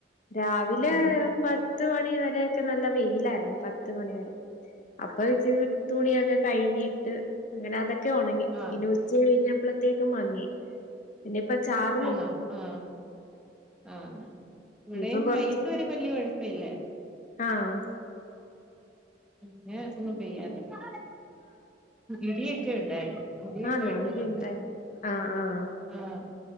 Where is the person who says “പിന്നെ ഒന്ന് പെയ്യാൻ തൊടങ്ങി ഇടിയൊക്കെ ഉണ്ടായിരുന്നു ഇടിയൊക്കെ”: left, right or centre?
Centre